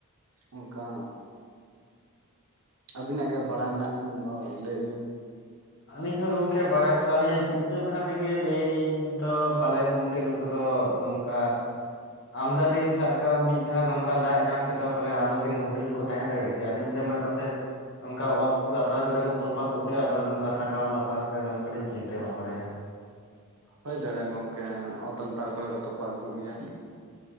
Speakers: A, on the right; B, on the left.
A: ᱚᱱᱠᱟ, ᱟᱵᱤᱱᱟᱜ ᱜᱮ ᱵᱟᱲᱟᱭ
B: ᱟᱨ
A: ᱢᱮᱱᱟᱜ ᱠᱷᱟᱱ ᱫᱚ ᱞᱟᱹᱭ ᱵᱤᱱ?
B: ᱟᱹᱞᱤᱧ ᱦᱚᱸ ᱜᱚᱢᱠᱮ ᱵᱟᱲᱟᱭ ᱨᱮᱭᱟᱜ ᱞᱤᱧ ᱪᱤᱱ ᱪᱤᱱᱛᱟ- ᱵᱷᱟᱵᱱᱟ ᱛᱮᱜᱮ ᱞᱟᱹᱭᱞᱤᱧ ᱛᱚ ᱯᱟᱞᱮᱱ ᱜᱚᱢᱠᱮ ᱱᱩᱠᱩ ᱫᱚ ᱱᱚᱝᱠᱟ ᱟᱢᱫᱟ ᱫᱤᱱ ᱥᱟᱵ ᱠᱟᱜ ᱢᱮ ᱢᱤᱫ ᱫᱷᱟᱣ ᱫᱚᱢ ᱚᱱᱠᱟ ᱫᱟᱜ ᱧᱟᱢ ᱠᱟᱛᱮᱫ ᱯᱟᱞᱮᱱ ᱟᱢᱫᱟ ᱫᱤᱱ ᱜᱷᱩᱴᱤ ᱨᱮᱠᱚ ᱛᱟᱦᱮᱸ ᱫᱟᱲᱮᱭᱟᱜ ᱜᱮᱭᱟ᱾ ᱟᱞᱤᱧ ᱫᱚᱞᱤᱧ ᱢᱚᱬᱮ ᱯᱟᱥᱮᱱ ᱚᱱᱠᱟ ᱚᱛ ᱞᱟᱛᱟᱨ ᱠᱚᱨᱮ ᱠᱚ ᱛᱚᱯᱟᱜ ᱠᱚᱜ ᱜᱮᱭᱟ᱾ ᱯᱟᱞᱮ ᱱᱚᱝᱠᱟ ᱥᱟᱠᱟᱢ ᱞᱟᱛᱟᱨ ᱠᱚᱨᱮ ᱱᱚᱝᱠᱟᱞᱤᱧ ᱪᱤᱱᱛᱟᱹ ᱵᱷᱟᱵᱲᱟᱭᱟ᱾
A: ᱦᱩᱭᱳᱭ ᱫᱟᱲᱮᱭᱟᱜᱼᱟ ᱜᱚᱢᱠᱮ! ᱚᱛ ᱞᱟᱛᱟᱨ ᱠᱚᱨᱮ ᱠᱚ ᱛᱚᱯᱟᱜ ᱠᱚ ᱠᱚ ᱜᱮᱭᱟ᱾